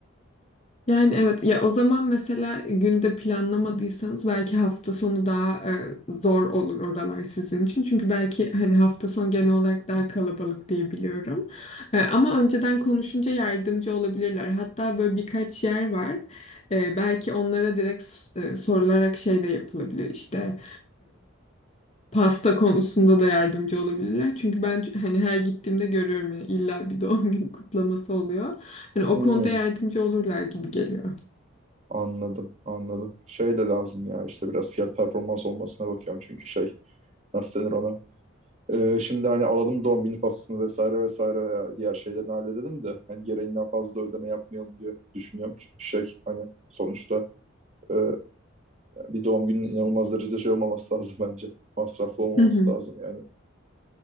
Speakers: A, on the left; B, on the right.
A: Yani evet ya o zaman mesela günde planlamadıysanız belki hafta sonu daha e, zor olur oralar sizin için. Çünkü belki hani hafta sonu genel olarak daha kalabalık diye biliyorum. E, ama önceden konuşunca yardımcı olabilirler. Hatta böyle birkaç yer var. E, belki onlara direkt s- e, sorularak şey de yapılabilir işte pasta konusunda da yardımcı olabilirler. Çünkü ben ç- hani her gittiğimde görüyorum ya illa bir doğum günü kutlaması oluyor. Hani o
B: Hmm.
A: konuda yardımcı olurlar gibi geliyor.
B: Anladım, anladım. Şey de lazım ya işte biraz fiyat performans olmasına bakıyorum çünkü şey nasıl denir ona. Ee, şimdi hani alalım doğum günü pastasını vesaire vesaire veya diğer şeylerini halledelim de hani gereğinden fazla ödeme yapmayalım diye düşünüyorum. Çünkü şey hani sonuçta e, bir doğum günün inanılmaz derecede şey olmaması lazım bence. Masraflı olmaması
A: Hı hı.
B: lazım yani.